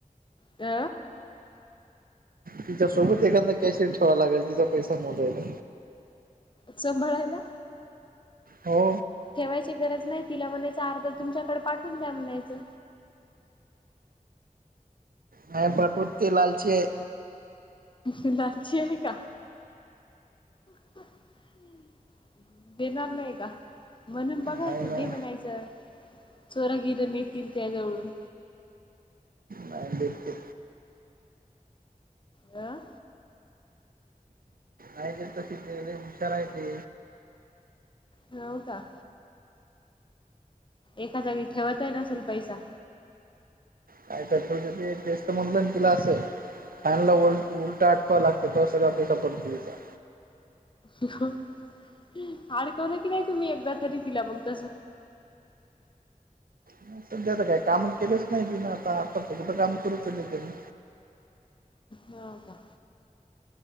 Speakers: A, on the left; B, on the right.
A: अ
B: तिच्यासोबत एखांदा कॅशियर ठेवा लागल तिजा पैसा मोजायला.
A: सांभाळायला.
B: हो.
A: ठेवायची गरज नाय तिला म्हणायच अर्धा तुमच्याकड पाठवून द्या म्हणायचं
B: नाय पाठवत ती लालची ये.
A: लालची आहे का? <unintelligible> देणार नाही का म्हणून बघायचं
B: नाही ना
A: दे म्हणायचं चोरा गिर नेतील त्याजवळून.
B: नाही नेत ते.
A: आं?
B: नाही नेत तशी ते लई हुशाराय ते.
A: हाऊ का? एका जागी ठेवतही नसेल पैसा.
B: काय तर ठेवत असेल तेेच तर म्हणलं ना तुला असं. फॅन ला उ उलटा आटकव लागते तव्हा सगळा पैसा पडतो त्याचा.
A: अडकवलं की नाही तुम्ही एकदा तरी तिला मग तस?
B: नाही, सध्या तर काही काम केलंच नाही तिनं आता. आता त कुठं काम सुरू केलं तीनी.
A: ह का?